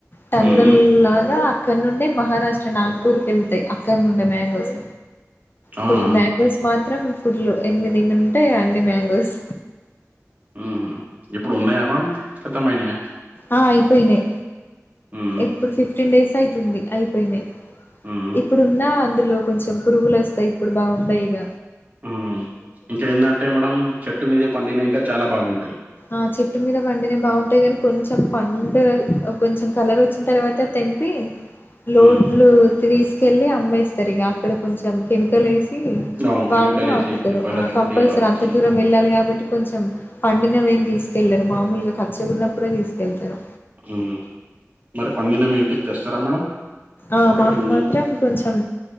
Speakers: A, on the left; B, on the right.
A: టన్నుల్
B: హుహు.
A: లాగా అక్కడ నుండే మహారాష్ట్ర నాగ్పూర్ కి వెళ్తాయి అక్కడ నుండే మ్యాంగోస్
B: అవునా?
A: ఫుల్ మ్యాంగోస్ మాత్రం ఫుల్లు ఎన్నీ తింటే అన్ని మ్యాంగోస్
B: ఉ హమ్ ఇప్పుడు ఉన్నాయా మేడం ఖతమైనాయా
A: ఆ అయిపోయినాయి
B: హ్మ్.
A: ఎప్పుడు ఫిఫ్టీన్ డేస్ అవుతుంది అయిపోయినాయి
B: హ్మ్.
A: ఇప్పుడున్నా అందులో కొంచెం పురుగులు వస్తాయి ఇప్పుడు బాగున్నాయి ఇక
B: ఉం ఇక్కడ ఏమ్ దంటే మేడం చెట్టు మీదే పండిన ఇంకా చాలా బాగుంటాయి
A: ఆ చెట్టు మీద పండినే బాగుంటాయి కానీ కొంచెం పండు కొంచెం కలర్ వచ్చిన తర్వాత తెంపి లోడ్లు
B: హ్మ్.
A: తీసుకెళ్ళి అమ్మేస్తారు ఇక అక్కడ కొంచెం కెమికల్ వేసి
B: అవును.
A: వాళ్ళు
B: కెమికలేసి
A: అమ్ముతరు
B: పేపర్‌ల చుట్టి
A: కంపల్సరీ
B: అమ్ముతారు.
A: అంత దూరం వెళ్ళాలి కాబట్టి కొంచెం పండి న్నవేం తీసుకెళ్లరు మామూలుగా పచ్చగ గున్నప్పుడే తీసుకెళ్తారు
B: ఉ హమ్ మరి పండినవి ఇంటికి తెస్తారా మేడం
A: ఆ
B: చెట్టు
A: మాకు
B: మీదయి.
A: మాత్రం కొంచెం